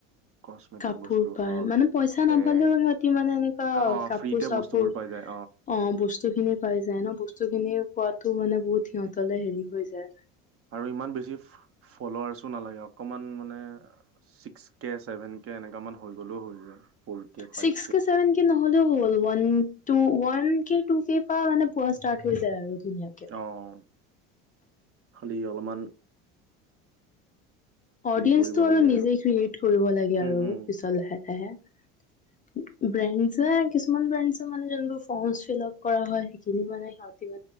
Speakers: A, on the right (about 35°); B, on the left (about 20°).
A: কচমেটিক
B: কাপোৰ
A: বস্তু
B: পাই,
A: হওক,
B: মানে, পইচা
A: বেগ
B: নাপালেও সিহঁতি মানে, এনেকুৱা
A: কা- অ',
B: কাপোৰ
A: ফ্ৰীতে
B: চাপোৰ
A: বস্তুবোৰ
B: অ'!
A: পাই যায়
B: বস্তু খিনি পাই যায় ন'। বস্তু খিনি পোৱাতো
A: উম,
B: মানে, বহুত সিহঁত হেৰি হৈ যায়।
A: আৰু ইমান বেছি ফ'ল'ৱাৰ্ছো নালাগে অকমান মানে ছিক্স কে ছেভেন কে এনেকামান হৈ গ'লেও হৈ যায়। ফ'ৰ কে ফাইভ
B: চিক্স কে, ছেভেন কে ন হ'লেও হ'ল। ওৱান টু ওৱান কে, টু কে পৰা মানে, পোৱা ষ্টাৰ্ট হৈ যায় আৰু ধুনীয়াকে।
A: অ'! খালি অলপমান উম!
B: অডিয়েন্সতো
A: কৰিব
B: আৰু
A: লাগে
B: নিজে ক্ৰিয়েট কৰিব লাগে আৰু
A: উম, হুম,
B: পিছত লাহে, লাহে। ব্ৰেণ্ডজে, কিছুমান ব্ৰেণ্ডজে, ফৰ্মচ ফিল্লাপ কৰা হয়। সেইখন মানে, সিহঁতি